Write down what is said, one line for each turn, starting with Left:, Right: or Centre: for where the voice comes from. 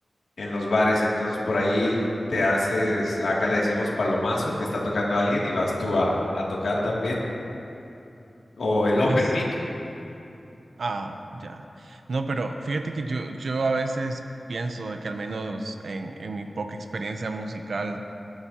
Left: en los bares. Entonces por ahí te haces, acá le decimos palomazo, que está tocando alguien y vas tú a, a tocar también. O el open
Right: Es,
Left: mic.
Right: ah, ya. No, pero fíjate que yo, yo a veces pienso de que al menos en, en mi poca experiencia musical,